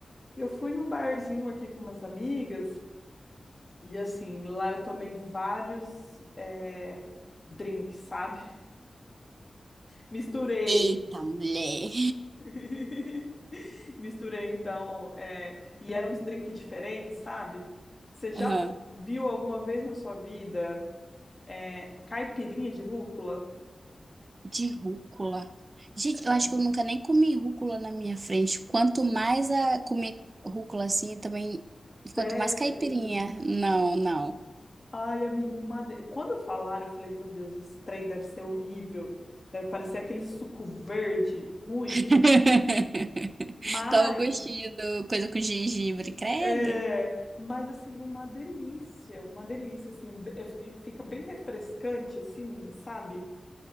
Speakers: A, on the left (about 35°); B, on the right (about 50°).
A: eu fui num barzinho aqui com umas amigas e, assim, lá eu tomei vários é, drinks, sabe? Misturei.
B: Eita, mulher.
A: <laughs> Misturei então, é, e eram uns drinks diferentes, sabe? Você já
B: Aham,
A: viu alguma vez na sua vida é, caipirinha de rúcula?
B: De rúcula. Gente, eu
A: É.
B: acho que eu nunca nem comi rúcula na minha frente. Quanto mais a comer rúcula assim, também.
A: Sério?
B: Quanto mais caipirinha. Não, não.
A: Ai, amigo, uma de- quando falaram, eu falei, meu Deus, esse trem deve ser horrível. Deve parecer aquele suco verde ruim.
B: <laughs>
A: Mas,
B: Tô o gostinho do coisa com gengibre, credo.
A: é, mas assim, uma delícia, uma delícia, assim, be- é, fica bem refrescante, assim, sabe?